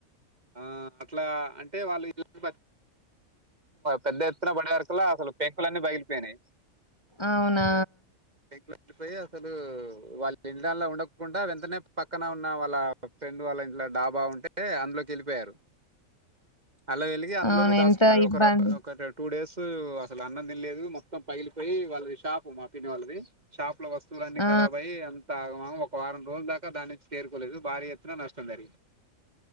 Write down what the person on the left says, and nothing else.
అవునా
అవును.
ఎంత
ఇబ్బంది.
ఆ!